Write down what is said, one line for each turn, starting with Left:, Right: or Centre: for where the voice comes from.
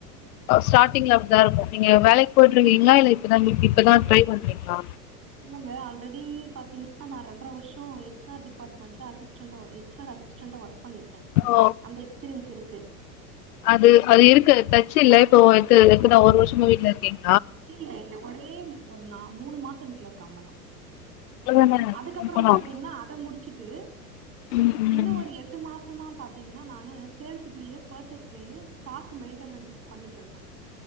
Left: ஸ்டார்ட் டிங்ல அப்டிதா இருக்கு நீங்க வேலைக்கி போயிட்ருக்கீங்ளா இல்ல இப்பதா <unintelligible> இப்பதா ட்ரை பண்றீங்ளா?
Right: இல்லங்க ஆல்ரெடி பாத்தீங்னா நான் ரெண்ர வருஷோ ஹெச் ஆர் டிபார்ட்மெண்ட்ல அசிஸ்டண்டா ஒ ஹெச் ஆர் அசிஸ்டன்டா ஒர்க் பண்ணிருக்கே
Left: ஓ
Right: அந்த எக்ஸ்பீரியன்ஸ் இருக்கு
Left: அது அது இருக்கு டச் இல்ல இப்போ எத்த எத்தன ஒரு வருஷமா வீட்ல இருக்கீங்
Right: இல்ல இல்ல ஒரே ஒரு நா மூணு மா சோ வீட்ல இருக்கே அவ்ளவுதா
Left: அவ்ளோதான
Right: அதுக்கப்றம்
Left: போலாம் போலாம்
Right: பாத்தீங்னா அத முடிச்சுட்டு
Left: ம் ம்
Right: இன்னு ஒரு எட்டு மாசமா பாத்தீங்னா நானு sales bill purchase bill stock maintenance பண்ணிட்ருந்தே.